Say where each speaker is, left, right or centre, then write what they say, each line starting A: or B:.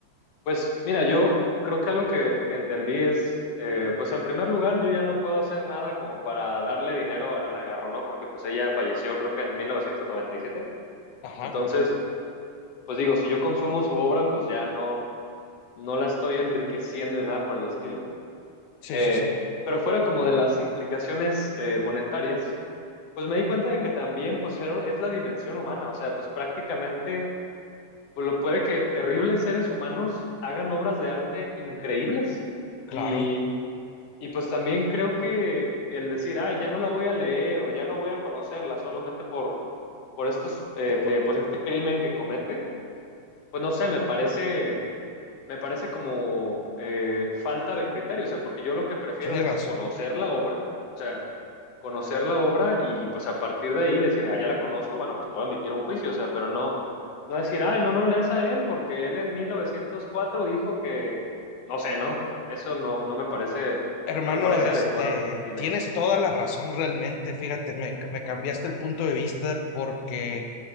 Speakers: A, on the left; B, on the left.
A: Pues mira, yo creo que algo que, que entendí es, eh, pues en primer lugar, yo ya no puedo hacer nada como para darle dinero a Elena Garro, ¿no? Porque pues ella falleció creo que en 1997.
B: Ajá.
A: Entonces, pues digo, si yo consumo su obra, pues ya no, no la estoy enriqueciendo de nada por el estilo.
B: Sí,
A: Eh,
B: sí, sí.
A: pero fuera como de las implicaciones eh, monetarias, pues me di cuenta de que también pues era- es la dimensión humana, o sea, pues prácticamente pues lo puede que terribles seres humanos hagan obras de arte increíbles
B: Claro.
A: y, y pues también creo que el decir, ay, ya no la voy a leer o ya no voy a conocerla solamente por, por estos, eh, eh, pues este crimen que comete, pues no sé, me parece me parece como eh, falta de criterio, o sea, porque yo lo que prefiero
B: Tienes
A: es
B: razón.
A: conocer la obra, o sea, conocer la obra y pues a partir de ahí decir, ah, ya la conozco, bueno, pues puedo emitir un juicio, o sea, pero no, no decir, ay, no, no lo lees a él porque él en 1904 dijo que, no sé, ¿no? Eso no, no me parece,
B: Hermano,
A: no me parece
B: este,
A: adecuado, dime.
B: tienes toda la razón realmente. Fíjate, me, me cambiaste el punto de vista porque